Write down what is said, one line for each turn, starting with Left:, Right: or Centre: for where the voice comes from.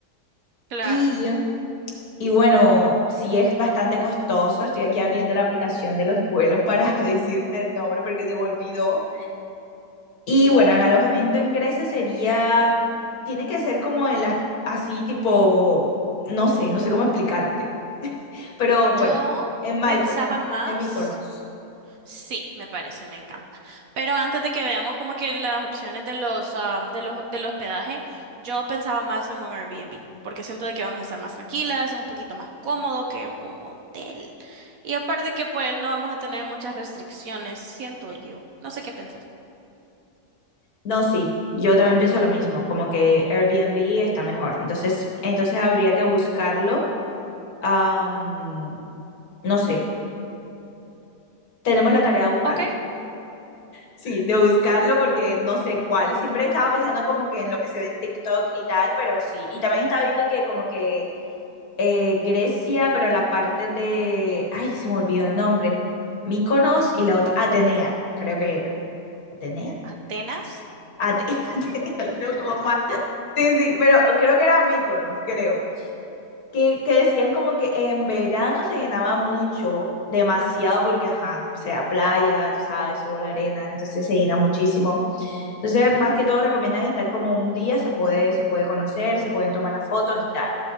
Right: Claro.
Left: Y Y bueno, sí es bastante costoso. Estoy aquí abriendo la aplicación de los vuelos para <laughs> decirte el nombre porque se me olvidó. Y bueno, en alojamiento en Grecia sería, tiene que ser como en las, así tipo, no sé, no sé cómo explicarte. Pero
Right: Yo
Left: bueno, en, Myko-
Right: pensaba
Left: en,
Right: más.
Left: en Mykonos.
Right: Sí, me parece, me encanta. Pero antes de que veamos como que las opciones de los, ah, de los, del hospedaje, yo pensaba más en un Airbnb, porque siento de que vamos a estar más tranquilas, un poquito más cómodo que un hotel. Y aparte que pues no vamos a tener muchas restricciones, siento yo. No sé qué pensás.
Left: No, sí, yo también pienso lo mismo, como que Airbnb está mejor. Entonces, entonces habría que buscarlo. am, no sé, tenemos la tarea de buscarlo
Right: Ok,
Left: Sí, de buscarlo porque no sé cuál. Siempre estaba pensando como que en lo que se ve en TikTok y tal, pero sí. Y también estaba viendo que como que eh, Grecia, pero la parte de... Ay, se me olvidó el nombre. Míconos y la otra... Atenea, creo que era. Atenea.
Right: Atenas.
Left: Ate- <laughs> Ay, no, todo mal. Sí, sí, pero creo que era Míconos, creo. Que, que decían como que en verano se llenaba mucho, demasiado, porque, ajá, o sea, playa, tú sabes, sol, arena, entonces se llena muchísimo Entonces, más que todo recomiendan estar como un día, se puede, se puede conocer, se pueden tomar las fotos y tal.